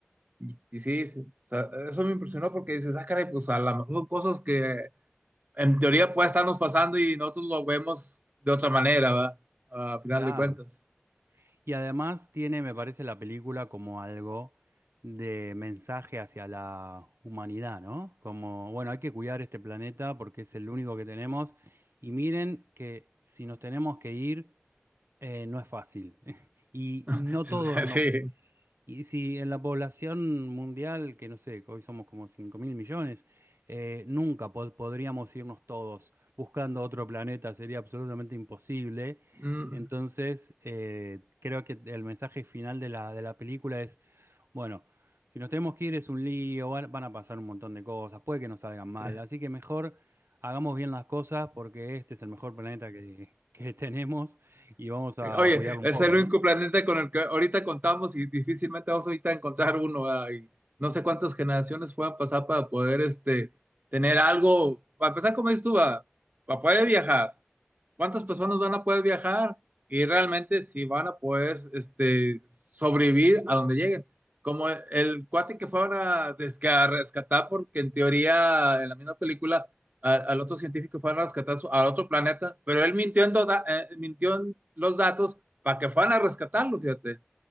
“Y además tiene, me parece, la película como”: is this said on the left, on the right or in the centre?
Right